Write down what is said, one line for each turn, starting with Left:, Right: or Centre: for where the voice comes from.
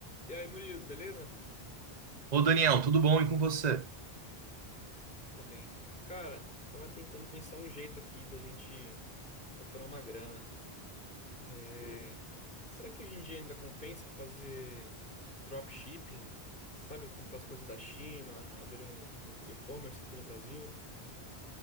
Left: E aí, Murilo, beleza?
Right: Ô Daniel, tudo bom e com você?
Left: Também. Cara, tava tentando pensar um jeito aqui da gente faturar uma grana. É, Será que hoje em dia ainda compensa fazer dropshipping? Sabe, comprar as coisas da China, abrir um, um e-commerce aqui no Brasil?